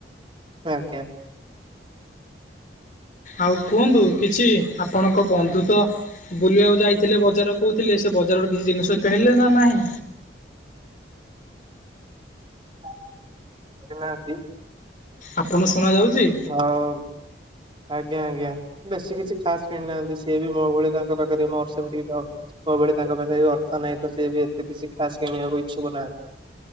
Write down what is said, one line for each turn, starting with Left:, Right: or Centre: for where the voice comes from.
Right: ଆଜ୍ଞା।
Left: ଆଉ କୁହନ୍ତୁ କିଛି ଆପଣଙ୍କ ବନ୍ଧୁ ତ ବୁଲିବାକୁ ଯାଇଥିଲେ ବଜାର କହୁଥିଲେ ସେ ବଜାରରୁ କିଛି ଜିନିଷ କିଣିଲେ ନା ନାହିଁ?
Right: <inaudible> ନାହାନ୍ତି
Left: ଆପଣ ଶୁଣାଯାଉଛି?
Right: ହଉ ଆଜ୍ଞା ଆଜ୍ଞା। ବେଶୀ କିଛି ଖାସ୍ କିଣିନାହାନ୍ତି ସିଏ ବି ମୋ ଭଳି ତାଙ୍କ ପାଖରେ ମୋର ସେମିତି କିଛି ମୋ ଭଳି ତାଙ୍କ ପାଖ ବି ଅର୍ଥ ନାହିଁ ତ ସିଏ ବି ଏତେ କିଛି ଖାସ୍ କିଣିବାକୁ ଇଚ୍ଛୁକ ନାହାନ୍ତି।